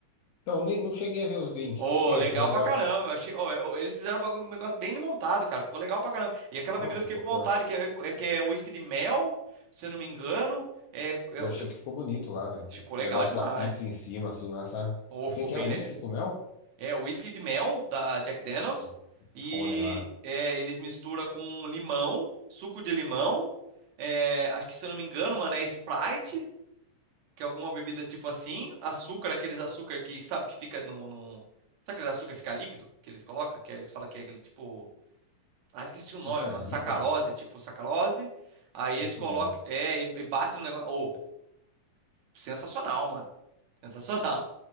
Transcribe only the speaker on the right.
Ô,
legal
pra
caramba. eu Achei, ô, é, ô, eles fizeram um bagu- um negócio bem montado, cara. Ficou legal pra caramba. E aquela
bebida
eu fiquei com vontade,
que é, é, que é whisky de mel, se eu não me engano. É, é
Ficou legal
demais.
Ou
ficou
bem.
le-
É, o whisky de mel da Jack Daniels.
E
é, eles misturam com limão, suco de limão. é, acho que se eu não me engano, mano, é Sprite, que é alguma bebida tipo assim. Açúcar, aqueles açúcar que, sabe, que fica no, no- Sabe aquele açúcar que fica líquido? Que eles colocam? Que aí eles falam que é aquele tipo. Ah, esqueci o
nome, mano.
Sacarose, tipo sacarose. Aí eles
colocam.
É, e, e batem no negócio. Oh, sensacional, mano. Sensacional.